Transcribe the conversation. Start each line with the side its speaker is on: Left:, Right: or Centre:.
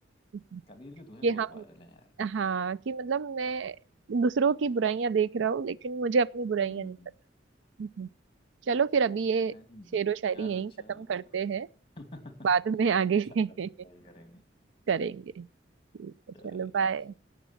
Right: <laughs>
Left: कबीर के दोहे
Right: कि
Left: बहुत
Right: हम
Left: वायरल हैं यार
Right: हाँ कि मतलब मैं दूसरों की बुराइयां देख रहा हूँ लेकिन मुझे अपनी बुराइयां
Left: हम्म हम्म,
Right: नहीं पता <laughs> चलो फिर अभी ये
Left: हैं जी
Right: शेरो शायरी
Left: चलो
Right: यहीं
Left: चलो
Right: खत्म करते हैं
Left: चलो <laughs>
Right: बाद में आगे
Left: मुशायरा
Right: <laughs>
Left: फिर कभी करेंगे
Right: करेंगे ठीक है
Left: चलो
Right: चलो बाय
Left: जी